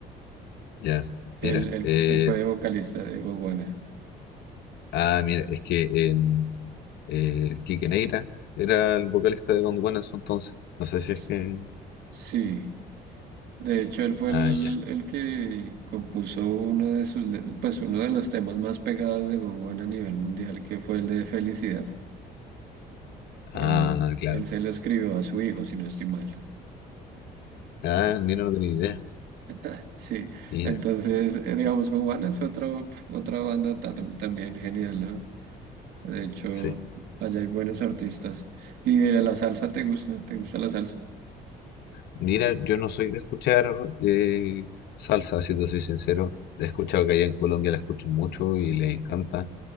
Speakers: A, on the left; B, on the right.
A: Ya,
B: Él,
A: mira,
B: él,
A: eh,
B: fu- él fue vocalista de Gonguana.
A: ah, mira, es que en Eh, el Quique Neira era el vocalista de Don Juan en su entonces. No sé si es
B: S-
A: que.
B: Sí, de hecho él fue
A: Ah,
B: el,
A: ya.
B: el que compuso uno de sus, le- pues uno de los temas más pegados de Gonguana a nivel mundial, que fue el de Felicidad. Él,
A: Ah, claro.
B: él se lo escribió a su hijo, si no estoy mal.
A: Ah, mira, no tenía idea.
B: <laughs> Sí,
A: Mira,
B: entonces, eh, digamos, Gowan es otro, pf, otra banda ta- tam- también genial, ¿no? De hecho,
A: sí.
B: allá hay buenos artistas. ¿Y de la salsa te gusta? ¿Te gusta la salsa?
A: Mira, yo no soy de escuchar eh, salsa, si te soy sincero. He escuchado que allá en Colombia la escuchan mucho y les encanta.